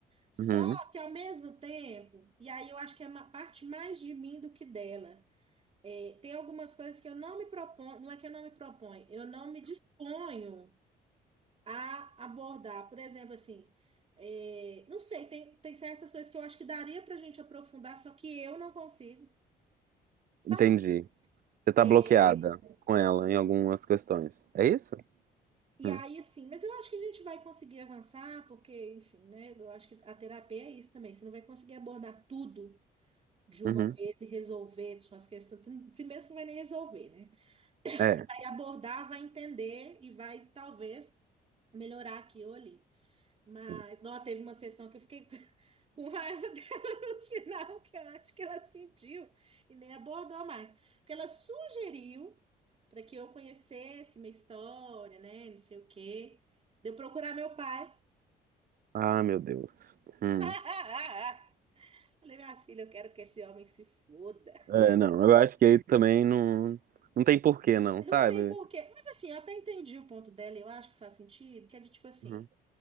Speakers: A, on the right; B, on the right.
A: Só
B: Uhum.
A: que ao mesmo tempo, e aí eu acho que é uma parte mais de mim do que dela. É, tem algumas coisas que eu não me proponho, não é que eu não me proponho, eu não me disponho a abordar. Por exemplo, assim, é, não sei, tem, tem certas coisas que eu acho que daria pra gente aprofundar, só que eu não consigo, sabe?
B: Entendi. Você tá
A: É,
B: bloqueada com ela em algumas questões. É isso?
A: e
B: Hum.
A: aí, assim, mas eu acho que a gente vai conseguir avançar, porque, enfim, né? Eu acho que a terapia é isso também. Você não vai conseguir abordar tudo de uma
B: Uhum.
A: vez e resolver suas questões. Você não- Primeiro, você não vai nem resolver, né?
B: É.
A: Vai abordar, vai entender e vai, talvez, melhorar aqui ou ali. Mas,
B: Sim.
A: não, teve uma sessão que eu fiquei <laughs> com raiva dela no final, que eu acho que ela sentiu e nem abordou mais. Porque ela sugeriu para que eu conhecesse minha história, né? Não sei o quê. De eu procurar meu pai.
B: Ah, meu Deus.
A: <laughs>
B: Hum.
A: Falei, minha filha, eu quero que esse homem se foda.
B: É, não. Eu acho que aí também não, não tem porquê, não,
A: Não
B: sabe?
A: tem porquê. Mas assim, eu até entendi o ponto dela, e eu acho que faz sentido, que é de tipo assim.
B: Uhum.